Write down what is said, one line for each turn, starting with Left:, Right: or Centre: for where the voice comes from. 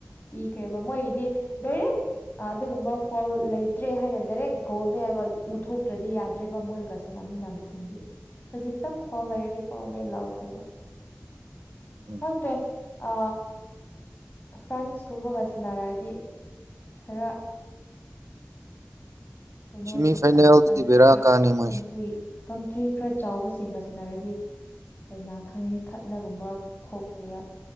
Left: ꯄꯤꯈ꯭ꯔꯦꯕ ꯃꯣꯏꯒꯤꯗꯤ ꯗꯥꯏꯔꯦꯛ ꯑꯗꯨꯒꯨꯝꯕ ꯐꯣꯜ ꯂꯩꯇ꯭ꯔꯦ ꯍꯥꯏꯅꯗꯤ ꯗꯥꯏꯔꯦꯛ ꯒꯣꯜꯅꯦ ꯍꯥꯏꯕ ꯎꯊꯣꯛꯇ꯭ꯔꯗꯤ ꯌꯥꯗ꯭ꯔꯦꯕ ꯃꯣꯏꯒ ꯁꯝꯅꯃꯤꯟꯅꯕꯁꯤꯡꯗꯤ ꯈꯖꯤꯛꯇꯪ ꯐꯥꯎ ꯂꯩꯔꯗꯤ ꯄꯥꯎꯅꯦ ꯑꯩ ꯂꯥꯎꯈ꯭ꯔꯤꯕ
Right: ꯎꯝ
Left: ꯈꯪꯗꯦ ꯑ ꯐ꯭ꯔꯥꯟꯁꯀꯨꯝꯕꯒ ꯁꯥꯟꯅꯔꯛꯑꯗꯤ ꯈꯔ ꯀꯩꯅꯣꯁꯤꯡꯒ
Right: ꯁꯤꯃꯤ ꯐꯥꯏꯅꯦꯜꯗꯗꯤ
Left: ꯀꯟꯇ꯭ꯔꯤ
Right: ꯕꯦꯔꯥ ꯀꯥꯅꯤ ꯃꯣꯏꯁꯨ
Left: ꯀꯟꯇ꯭ꯔꯤ ꯈꯔ ꯆꯥꯎꯕꯁꯤꯡꯒ ꯁꯥꯟꯅꯔꯗꯤ ꯀꯅꯥ ꯈꯪꯉꯤ ꯈꯠꯅꯒꯨꯝꯕ ꯊꯣꯛꯀꯦꯔꯥ